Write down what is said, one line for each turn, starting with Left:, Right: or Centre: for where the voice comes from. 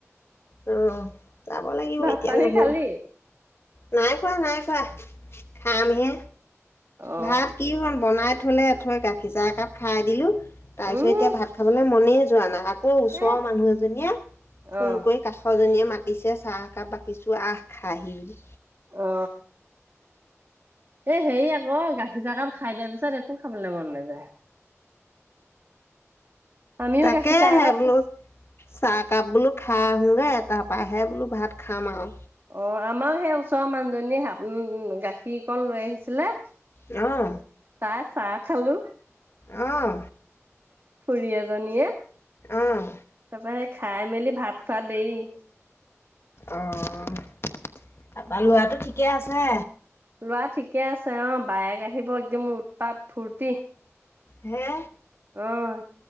Left: অ, যাব লাগিব
Right: ভাত
Left: এতিয়া
Right: পানী
Left: নহয়।
Right: খালি?
Left: নাই খোৱা নাই খোৱা, খামহে
Right: অ
Left: ভাত কি হ'ল বনাই থলে থৈ গাখীৰ চাহ একাপ খাই দিলোঁ। তাৰ পিছত
Right: উম
Left: এতিয়া ভাত খাবলে মনে যোৱা নাই, আকৌ ওচৰৰ
Right: এ
Left: মানুহ এজনীয়ে ফোন
Right: অ
Left: কৰি কাষজনীয়ে মাতিছে চাহ একাপ বাকিছো আহ খাহি বুলি।
Right: অ। এ হেৰি আক, গাখীৰ চাহকাপ খাই দিয়াৰ পিছত একো খাবলে মন নাযায়। আমিও
Left: তাকে
Right: গাখীৰ চাহ
Left: হে
Right: একাপ
Left: বোলো - চাহকাপ বোলো খাই আহোঁগে তা পাহে বোলো ভাত খাম আও।
Right: অ আমাৰো সেই ওচৰৰ মানুহজনীয়ে উম উম গাখীৰ অকন লৈ আহিছিলে
Left: অঁ।
Right: তাৰ চাহ খালোঁ।
Left: অঁ।
Right: খুৰী এজনীয়ে,
Left: অহ
Right: তা পা সেই খাই মেলি ভাত খোৱা দেৰি।
Left: অ অ, তা পা ল'ৰাটো ঠিকেই আছে?
Right: ল'ৰা ঠিকেই আছে অ, বায়েক আহিব একদম উৎপাত ফূৰ্তি।
Left: হে!
Right: আহ,